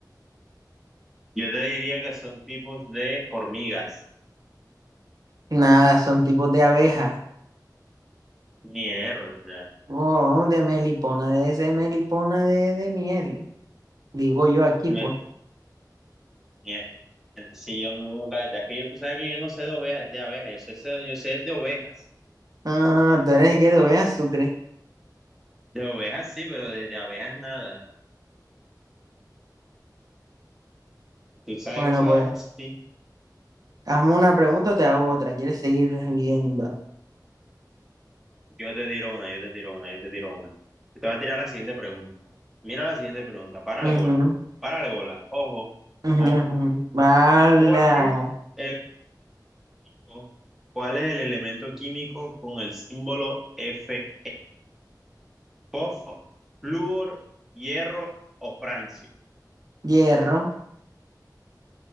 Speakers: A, in the centre; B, on the right.
A: Yo te diría que son tipos de hormigas.
B: Nada, son tipos de abejas.
A: Mierda.
B: Oh, de melipona, debe ser melipona de, de miel. Digo yo aquí,
A: Me-
B: pues.
A: mierda. Si yo no, la verdad es que yo, tú sabes que yo no sé de ovejas, de abejas, yo sé, sé- yo sé de ovejas.
B: Ah, tú eres el que de azúcar.
A: De ovejas sí, pero de, de abejas nada. Tú sabes
B: Bueno,
A: que eso
B: pues,
A: es así.
B: hazme una pregunta o te hago otra. ¿Quieres seguir viendo?
A: Yo te tiro una, yo te tiro una, yo te tiro una. Te voy a tirar la siguiente pregunta. Mira la siguiente pregunta. Párale
B: Ujú,
A: bola. Párale bola. Ojo, ojo.
B: ujú, ujú. Bala.
A: ¿Cuál es el, ojo, cuál es el elemento químico con el símbolo Fe? ¿Fósforo, flúor, hierro o francio?
B: Hierro,